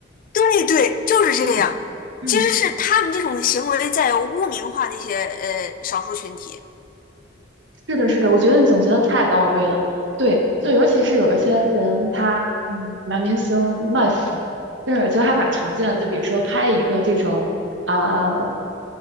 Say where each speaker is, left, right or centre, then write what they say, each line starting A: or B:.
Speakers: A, on the left; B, on the right.
A: 对对，就是这样。
B: 嗯嗯。
A: 其实是他们这种行为在污名化那些呃少数群体。
B: 是的，是的，我觉得你总结的太到位了。对，就尤其是有一些人，他嗯，男明星卖腐，就是我觉得还蛮常见的。就比如说拍一个这种啊、